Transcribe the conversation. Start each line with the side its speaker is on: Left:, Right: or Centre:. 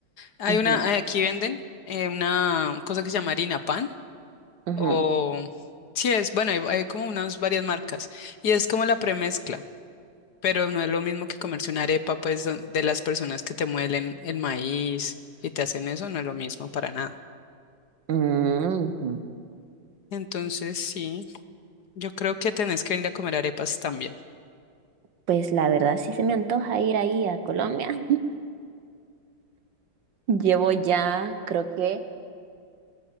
Left: Hay
Right: Ujú,
Left: una, aquí venden eh, una cosa que se llama harina pan.
Right: ujú,
Left: O sí es, bueno, hay, hay como unas varias marcas. Y es como la premezcla. Pero no es lo mismo que comerse una arepa, pues, don- de las personas que te muelen el maíz y te hacen eso, no es lo mismo para nada.
Right: Mm, ujú.
Left: Entonces, sí, yo creo que tenés que ir a comer arepas también.
Right: Pues la verdad sí se me antoja ir ahí a Colombia. <laughs> Llevo ya, creo que